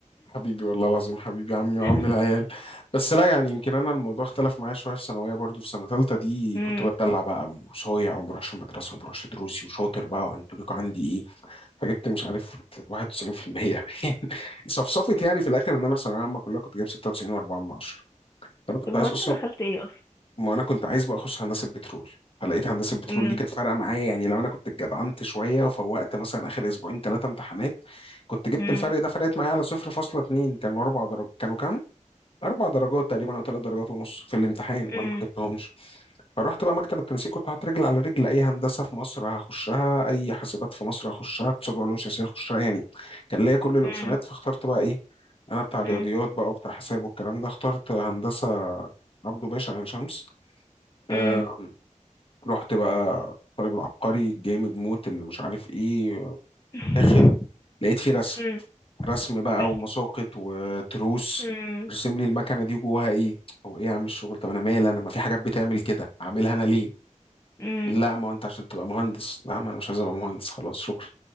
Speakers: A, on the left; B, on the left.
A: حبيبي والله العظيم حبيبي عمي وعم
B: <laughs>
A: العيال
B: <laughs>
A: بس لا يعني يمكن انا الموضوع اختلف معايا شويه في ثانويه برضو في سنه ثالثه دي
B: امم
A: كنت بتدلع بقى قوي وصايع وما بروحش المدرسه وما بروحش دروسي وشاطر بقى وانتوليكو عندي ايه فجبت مش عارف 91% <laughs> صفصفت يعني في الاخر ان انا في ثانويه عامه كلها كنت جايب 96.4 من 10 فانا كنت
B: طب هو
A: عايز
B: انت
A: اصلا
B: دخلت ايه اصلا
A: ما انا كنت عايز بقى اخش هندسه بترول فلقيت هندسه بترول
B: امم
A: دي كانت فارقه معايا يعني لو انا كنت اتجدعنت شويه وفوقت مثلا اخر اسبوعين ثلاثه امتحانات كنت جبت
B: امم
A: الفرق ده فرقت معايا على 0.2 كانوا اربع درجات كانوا كام؟ اربع درجات تقريبا او ثلاث درجات ونص في الامتحان
B: امم
A: وانا ما جبتهمش فرحت بقى مكتب التنسيق كنت حاطط رجل على رجل اي هندسه في مصر هخشها اي حاسبات في مصر هخشها اقتصاد وعلوم سياسيه هخشها يعني كان ليا كل الاوبشنات
B: امم
A: فاخترت بقى ايه انا بتاع رياضيات
B: امم
A: بقى وبتاع حساب والكلام ده اخترت هندسه عبده باشا عين شمس آه
B: امم
A: رحت بقى طالب العبقري جامد موت اللي مش عارف ايه
B: <laughs>
A: داخل لقيت فيه رسم
B: امم
A: رسم بقى
B: بس
A: ومساقط وتروس
B: امم
A: رسم لي المكنه دي جواها ايه هو ايه يا عم الشغل طب انا مالي انا ما في حاجات بتعمل كده اعملها انا ليه
B: امم
A: لا ما هو انت عشان تبقى مهندس لا ما انا مش عايز ابقى مهندس خلاص شكرا